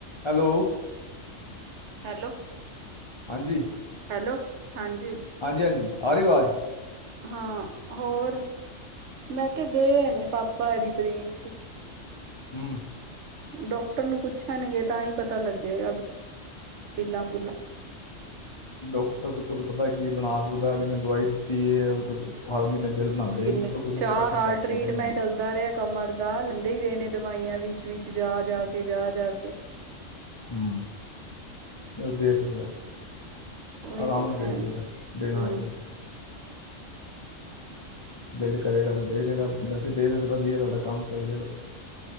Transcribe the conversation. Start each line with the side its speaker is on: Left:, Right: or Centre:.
Left: Hello
Right: hello
Left: ਹਾਂਜੀ
Right: hello ਹਾਂਜੀ
Left: ਹਾਂਜੀ ਹਾਂਜੀ ਆ ਰਿਵਾਜ਼
Right: ਹਾਂ ਹੋਰ ਮੈਂ ਕਿਹਾ ਗਏ ਨੇ ਪਾਪਾ ਫਿੰਨਸ
Left: ਹਮ
Right: ਡਾਕਟਰ ਨੂੰ ਪੁੱਛਣਗੇ ਤਾਂ ਹੀ ਪਤਾ ਪਤਾ ਲੱਗੇਗਾ ਪੀਲਾਂ ਬੁਲਾਂ
Left: ਡਾਕਟਰ ਪਤਾ ਕੀ ਬਣਾ ਸਕਦਾ ਜਿਹਨੇ ਦਵਾਈ ਦਿੱਤੀ ਹੈ ਹਰ ਮਹੀਨੇ ਬਿੱਲ ਬਣਾਉਂਦੇ
Right: ਕਿੰਨੇ
Left: ਇਹਨੂੰ ਕਿ ਕੁਝ ਨਾ
Right: ਚਾਰ
Left: ਕੁਝ ਸੈਟਿੰਗ
Right: ਸਾਲ
Left: ਕਰਕੇ
Right: ਟਰੀਟ
Left: ਦੇ ਸਾਨੂੰ
Right: ਮੈਂਟ ਚੱਲਦਾ ਰਿਹਾ ਕਮਰ ਦਾ ਲੈਂਦੇ ਹੀ ਰਹੇ ਨੇ ਦਵਾਈਆਂ ਵਿੱਚ ਵਿਚ ਜਾ ਜਾ ਕੇ ਜਾ ਜਾ ਕੇ
Left: ਹੂੰ ਇਹ ਉਹ ਦੇ ਸਕਦਾ
Right: ਉਹੀ
Left: ਆਰਾਮ
Right: ਤੇ ਕਹਿਣ
Left: ਨਾਲ ਦੇ ਸਕਦਾ ਦੇਣਾ
Right: ਹਮ
Left: ਆਏਗਾ ਤੇ ਬਿੱਲ ਕਰੇਗਾ ਤੇ ਦੇ ਦੇਗਾ ਵੈਸੇ ਦੇ ਦੇ ਵਧੀਆ ਤੁਹਾਡਾ ਕੰਮ ਚ